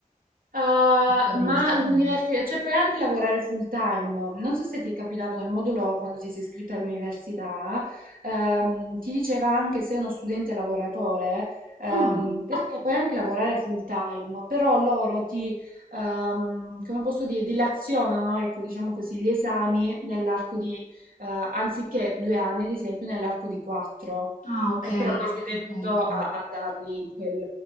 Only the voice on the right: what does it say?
Ah,
ma l'università, cioè puoi anche lavorare full time. Non so se ti è capitato nel modulo quando ti sei iscritto all'università, ehm, ti diceva anche se sei uno studente lavoratore, ehm,
perché puoi anche lavorare full time, però loro ti, ehm, come posso dire, dilazionano, ecco, diciamo così, gli esami nell'arco di, eh, anziché due anni, ad esempio, nell'arco di quattro.
E però poi sei tenuto
a, a darli in quel